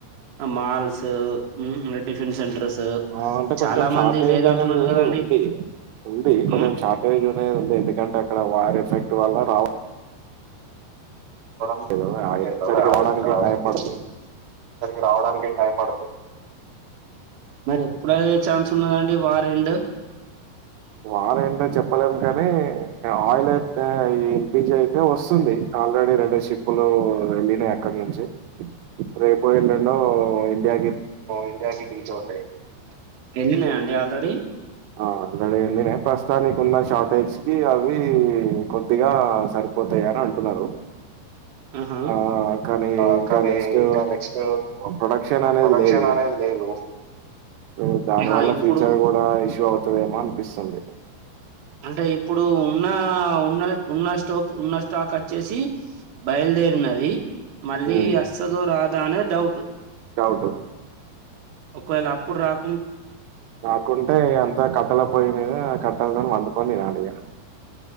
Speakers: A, on the right; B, on the right.
A: ఆ మాల్స్ హుమ్ టిఫిన్ సెంటర్స్
B: ఆ అంటే కొంచెం
A: చాలా
B: షార్టేజ్
A: మంది లేదంటున్నారు
B: అనేది
A: కదండి
B: ఉంది. ఉంది కొంచెం
A: ఉమ్,
B: షార్టేజ్ అనేది ఉంది ఎందుకంటే అక్కడ వార్ ఎఫెక్ట్ వల్ల రా
A: బట్
B: లేదు ఆ ఇక్కడికి
A: ఏదో ఆయిల్
B: రావడానికి
A: <unintelligible>
B: టైం పడుతుంది
A: ఇక్కడికి రావడానికి టైం పడుతది ఎప్పుడయ్యే ఛాన్స్ ఉన్నదండి వార్ ఎండ్
B: వార్ ఎండ్ చెప్పలేము. కాని ఆయిల్ అయితే ఎల్ పి జి అయితే వస్తుంది. ఆల్రెడీ రెండు షిప్పులు వెళ్ళినయి అక్కడి నుంచి రేపు వెళ్ళండో ఇండియా
A: ఇండియా కి రిచ్ అవుతాయి వళ్ళినయా అండి ఆల్రెడీ
B: ఆ ఆల్రెడీ వెళ్ళినయ్ ప్రస్తుతానికి ఉన్న షార్టేజ్ కి అవి కొద్దిగా సరిపోతాయని అన్ అంటున్నారు.
A: ఆహా
B: ఆ! కానీ
A: ఆ
B: ఇంకా
A: కానీ
B: నెక్స్టు
A: ఇంకా నెక్స్ట్
B: ప్రొడక్షన్ అనేది
A: ప్రొడక్షన్
B: లేదు.
A: అనేది లేదు.
B: సో దాని
A: ఆహా
B: వల్ల
A: ఇప్పుడు
B: ఫీచర్ కూడా ఇష్యూ అవుతుదేమో అనిపిస్తుంది.
A: అంటే ఇప్పుడు ఉన్న ఉన్న ఉన్న స్టోక్ ఉన్న స్టాక్ వచ్చేసి బయలుదేరినది. మళ్ళీ
B: హ్మ్.
A: అస్తదో రాదా అనే డౌట్
B: డౌట్
A: ఒకవేళ అప్పుడు రాకున్
B: రాకుంటే అంతా కట్టల పొయ్యి మీద ఆ కట్టలతో వండుకొని తినాలే ఇగ